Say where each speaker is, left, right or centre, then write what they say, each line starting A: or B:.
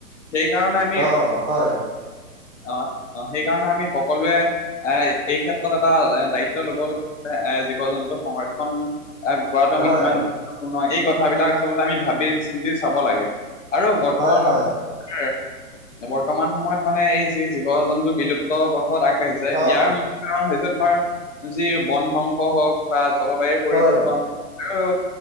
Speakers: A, on the left; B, on the right.
A: সেইকাৰণে আমি
B: অ হয়
A: অ অ সেইকাৰণে আমি সকলোৱে এ এই ক্ষেত্ৰত এটা দায়িত্ব লব লাগে এ জীৱ-জন্তু সংৰক্ষণ কৰাটো আমি
B: হয়
A: কিমান গুৰুত্বপূৰ্ণ এই কথাবিলাক আচলতে আমি ভাবি চিন্তি চাব লাগে আৰু বৰ্তমান
B: হয় হয়
A: <unintelligible> বৰ্তমান সময়ত মানে এই যি জীৱ-জন্তু বিলুপ্ত পথত আগবাঢ়িছে
B: অ
A: ইয়াৰ মূল কাৰণ হৈছে তোমাৰ যি বন ধ্বংস হওক বা জলবায়ু পৰিৱৰ্তন
B: হয়
A: টো